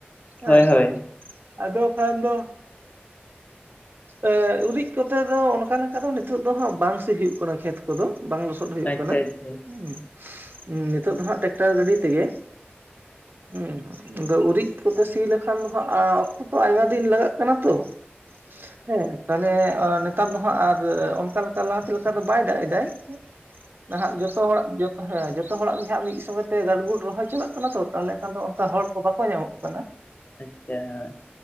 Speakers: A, on the right; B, on the left.
A: ᱦᱮᱸ
B: ᱦᱳᱭ ᱦᱳᱭ
A: ᱾ ᱟᱫᱚ, ᱠᱷᱟᱱ ᱫᱚ ᱮ ᱩᱨᱤᱡ ᱠᱚᱛᱮ ᱫᱚ, ᱚᱱᱠᱟ ᱞᱮᱠᱟ ᱫᱚ, ᱱᱤᱛᱚᱜ ᱫᱚ ᱦᱟᱸᱜ, ᱵᱟᱝ ᱥᱤ ᱦᱩᱭᱩᱜ ᱠᱟᱱᱟ, ᱠᱷᱮᱛ ᱠᱚᱫᱚ ᱵᱟᱝ ᱞᱚᱥᱚᱫ ᱦᱩᱭᱩᱜ
B: ᱟᱪᱪᱷᱟ
A: ᱠᱟᱱᱟ,
B: ᱟᱪᱪᱷᱟ
A: ᱩᱸᱭ ᱦᱩᱼᱥ-ᱨᱸ, ᱱᱤᱛᱚᱜ ᱫᱚ ᱦᱟᱸᱜ, ᱴᱨᱟᱠᱴᱟᱨ ᱜᱟᱹᱰᱤ ᱛᱮᱜᱮ ᱮᱸᱼ ᱱᱷᱟᱜ ᱾ ᱟᱫᱚ, ᱩᱨᱤᱡ ᱠᱚᱛᱮ, ᱥᱤ ᱞᱮᱠᱷᱟᱱ ᱫᱚ, ᱚᱠᱛᱚ ᱛᱚ ᱟᱭᱢᱟ ᱫᱤᱱ, ᱞᱟᱜᱟᱜ ᱠᱟᱱᱟ ᱛᱚ ᱾ ᱦᱮᱸ, ᱛᱟᱦᱚᱞᱮ ᱱᱮᱛᱟᱨ ᱫᱚ ᱦᱟᱸᱜ, ᱟᱨ ᱚᱱᱠᱟ ᱞᱮᱠᱟ ᱞᱟᱦᱟᱛᱮ, ᱞᱮᱠᱟ ᱫᱚ ᱵᱟᱭ ᱫᱟᱜ ᱮᱫᱟᱭ ᱾ ᱪᱮᱫ? ᱱᱟᱦᱟᱜ ᱡᱚᱛᱚ ᱦᱚᱲᱟᱜ ᱡᱚᱛ ᱦᱮᱸ ᱡᱚᱛᱚ ᱦᱚᱲᱟᱜ ᱜᱮ ᱦᱟᱸᱜ ᱢᱤᱫ ᱦᱮᱸ, ᱦᱮᱸ, ᱡᱚᱛᱚ ᱦᱚᱲᱟᱜ ᱜᱮ ᱦᱟᱸᱜ, ᱢᱤᱫ ᱥᱚᱸᱜᱮ ᱛᱮ, ᱜᱟᱰᱜᱩᱰ ᱨᱚᱦᱚᱭ ᱪᱟᱞᱟᱜ ᱠᱟᱱᱟ ᱛᱚ, ᱛᱟᱦᱚᱞᱮ ᱠᱷᱟᱱ ᱫᱚ, ᱚᱱᱠᱟ ᱦᱚᱲ ᱠᱚ, ᱵᱟᱠᱚ ᱧᱟᱢᱚᱜ ᱠᱟᱱᱟ ᱾
B: ᱟᱪᱪᱷᱟ, ᱦᱚᱭ ᱾